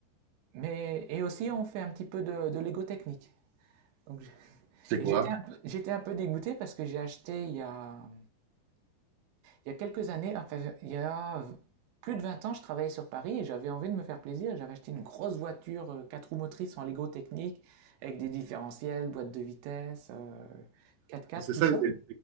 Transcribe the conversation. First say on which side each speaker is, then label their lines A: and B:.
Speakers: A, on the right; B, on the right.
A: Mais et aussi on fait un petit peu de, de Lego technique. Donc je-
B: C'est
A: et
B: quoi?
A: j'étais un, peu- j'étais un peu dégoûté parce que j'ai acheté il y a il y a quelques années, enfin il y a plus de 20 ans, je travaillais sur Paris et j'avais envie de me faire plaisir. J'avais acheté une grosse voiture euh, quatre roues motrices en Lego technique avec des différentiels, boîte de vitesse, euh, 4x4,
B: C'est
A: tout
B: ça
A: ça.
B: les